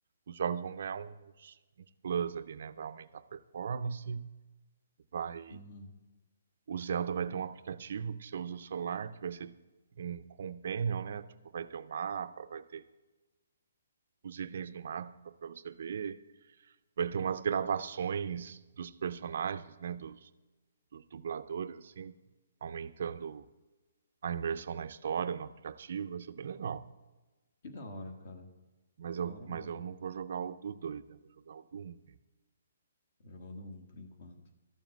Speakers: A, on the right; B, on the left.
A: os jogos vão ganhar uns, uns plus ali, né? Vai aumentar a performance, vai,
B: Uhum.
A: o Zelda vai ter um aplicativo que você usa o celular, que vai ser um companion, né? Tipo, vai ter o mapa, vai ter os itens do mapa para você ver. Vai ter umas gravações dos personagens, né? Dos, dos dubladores, assim, aumentando a imersão na história, no aplicativo. Vai ser bem legal.
B: Que da hora, cara.
A: Mas eu,
B: Da hora
A: mas
B: mesmo.
A: eu não vou jogar o do dois né? Vou jogar o do Um,
B: Jogar o do um por enquanto.